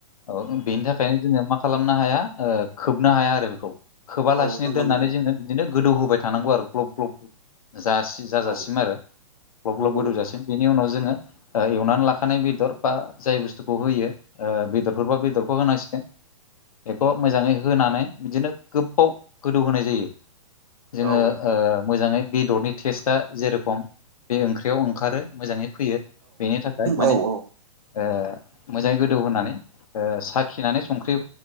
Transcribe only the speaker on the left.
औ बेनि थाखायनो जोङो मा खालामनो हाया ओ खोबनो हाया आरो बेखौ‌। खोबालासिनो
दोननानै
जोङो बिदिनो गोदौ होबाय थानांगौ आरो ग्लब ग्लब <unintelligible> जास्ट जाजासिम
आरो ग्लब
ग्लब गोदौजासिम
बेनि उनाव जोङो ओ एवनानै लाखानाय बेदर बा जाय बुस्थुखौ होयो ओ बेदरफोरबो बेदरखौ होनांसिगोन। बेखौ मोजाङै होनानै बिदिनो गोबाव गोदौ होनाय जायो। जोङो
ओ मोजाङै बे बेदरनि टेस्टआ जेरेखम बे ओंख्रियाव ओंखारो मोजाङै फैयो। बेनि थाखाय माने
ओ मोजाङै गोदौ होनानै ओ साखिनानै संख्रि